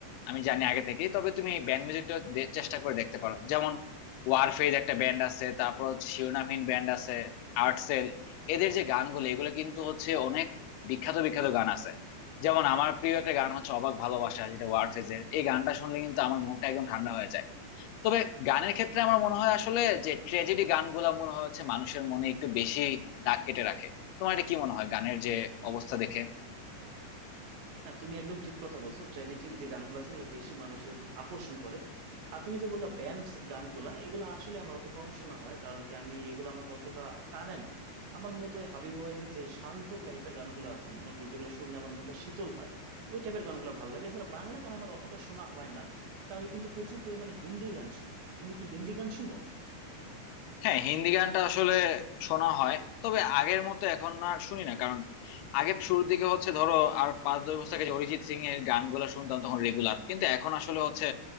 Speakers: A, on the left; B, on the right.
A: আমি জানি আগে থেকেই তবে তুমি ব্যান্ড মিউজিকটা চেষ্টা করে দেখতে পারো যেমন ওয়ারফেজ একটা ব্যান্ড আছে তারপর হচ্ছে শিরোনামহীন ব্যান্ড আছে আর্টসেল এদের যে গানগুলো এগুলো কিন্তু হচ্ছে অনেক বিখ্যাত বিখ্যাত গান আছে যেমন আমার প্রিয় একটা গান হচ্ছে অবাক ভালোবাসা যেটা ওয়ারফেজের এই গানটা শুনলে কিন্তু আমার মনটা একদম ঠান্ডা হয়ে যায় তবে গানের ক্ষেত্রে আমার মনে হয় আসলে যে ট্র্যাজেডি গানগুলো মনে হয় হচ্ছে মানুষের মনে একটু বেশি দাগ কেটে রাখে তোমার এটা কি মনে হয় গানের যে অবস্থা দেখে
B: হ্যাঁ তুমি একদম ঠিক কথা বলছো ট্র্যাজেডি যে গানগুলো আছে ওগুলো বেশি মানুষের আকর্ষণ করে আর তুমি যে বললা ব্যান্ড গানগুলা এগুলো আসলে আমার অত কম শোনা হয় কারণ কি আমি এগুলো আমাকে অতটা টানে না আমার মূলত এই হাবিব ওয়াহিদের যে শান্ত টাইপের গানগুলো আছে মনে করো যেগুলো শুনলে আমার মনটা শীতল হয় ওই টাইপের গানগুলো ভালো লাগে এছাড়া বাংলা গান আমার অতটা শোনা হয় না তো আমি কিন্তু প্রচুর পরিমাণে হিন্দি গান শুনি তুমি কি হিন্দি গান শুনো
A: হ্যাঁ হিন্দি গানটা আসলে শোনা হয় তবে আগের মতো এখন আর শুনি না কারণ আগে শুরুর দিকে হচ্ছে ধরো আর পাঁচ দশ বছর আগে যে অরিজিৎ সিং এর গানগুলা শুনতাম তখন রেগুলার কিন্তু এখন আসলে হচ্ছে